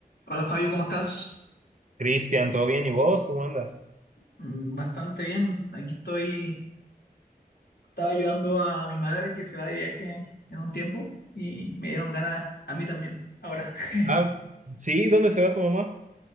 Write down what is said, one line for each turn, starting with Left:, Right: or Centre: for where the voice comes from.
Left: Hola Fabio, ¿cómo estás?
Right: Cristian, ¿todo bien? ¿Y vos? ¿Cómo andas?
Left: Mm, Bastante bien. Aquí estoy. Estaba ayudando a mi madre que se va de viaje en un tiempo y me dieron ganas a mí también. Ahora <laughs>
Right: Ah, sí, ¿dónde se va tu mamá?